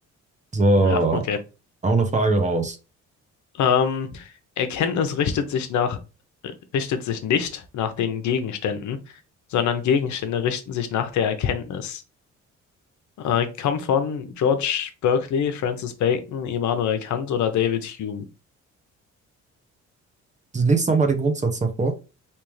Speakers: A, on the right; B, on the left.
A: So.
B: Ja, okay.
A: Auch eine Frage raus.
B: Ähm, Erkenntnis richtet sich nach, äh, richtet sich nicht nach den Gegenständen, sondern Gegenstände richten sich nach der Erkenntnis. Äh, kommt von George Berkeley, Francis Bacon, Immanuel Kant oder David Hume.
A: Lies nochmal den Grundsatz davor.